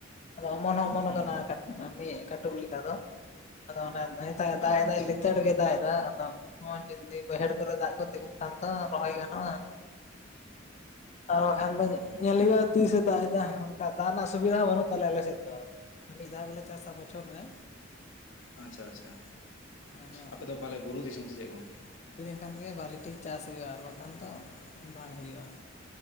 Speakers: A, on the left; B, on the left.
A: ᱟᱫᱚ ᱚᱢᱚᱱ ᱦᱚᱸ ᱚᱢᱚᱱᱚ
B: ᱦᱩᱸ
A: ᱠᱟᱱᱟ ᱠᱟᱹᱴ ᱢᱤᱜ ᱠᱟᱹᱴᱩᱵ ᱞᱮᱠᱟᱫᱚ᱾ ᱟᱫᱚ ᱚᱱᱟ ᱱᱤᱛ ᱦᱚᱸᱭᱮ ᱫᱟᱜ
B: ᱚ
A: ᱮᱫᱟ
B: ᱟᱪᱪᱷᱟ
A: ᱞᱮᱛᱟᱲ ᱜᱮᱭ ᱫᱟᱜ ᱮᱫᱟ᱾ ᱟᱫᱚ ᱱᱚᱣᱟ ᱡᱩᱫᱤ ᱵᱟᱹᱭᱦᱟᱹᱲ ᱠᱚᱨᱮ ᱫᱟᱜ ᱠᱚ ᱛᱤᱸᱜᱩᱱ ᱠᱷᱟᱱ ᱫᱚ ᱨᱚᱦᱚᱭ ᱜᱟᱱᱚᱜᱼᱟ ᱾ ᱟᱨ ᱵᱟᱠᱷᱟᱱ ᱫᱚ
B: ᱦᱩᱸ
A: ᱧᱮᱞ ᱦᱩᱭᱩᱜᱼᱟ᱾ ᱛᱤᱥᱮ ᱫᱟᱜ ᱮᱫᱟ? ᱚᱱᱠᱟ ᱫᱟᱜ ᱨᱮᱱᱟᱜ ᱥᱩᱵᱤᱫᱷᱟ ᱦᱚᱸ ᱵᱟᱹᱱᱩᱜ ᱛᱟᱞᱮᱭᱟ ᱟᱞᱮ ᱥᱮᱫ ᱫᱚ ᱾ ᱢᱤᱫ ᱫᱷᱟᱣ ᱜᱮᱞᱮ ᱪᱟᱥᱟ ᱵᱚᱪᱷᱚᱨ ᱨᱮ᱾
B: ᱟᱪᱪᱷᱟ ᱟᱪᱪᱷᱟ᱾
A: ᱟᱫᱚ
B: ᱟᱯᱮ ᱫᱚ ᱯᱟᱞᱮ ᱵᱩᱨᱩ ᱫᱤᱥᱚᱢ ᱥᱮ ᱪᱮᱫ ᱜᱚᱝᱠᱮ?
A: ᱠᱷᱟᱱ ᱜᱮ ᱵᱷᱟᱹᱞᱤ ᱴᱷᱤᱠ ᱪᱟᱥ ᱦᱩᱭᱩᱜᱼᱟ ᱟᱨ ᱵᱟᱠᱷᱟᱱ ᱫᱚ ᱵᱟᱝ ᱦᱩᱭᱩᱜᱼᱟ᱾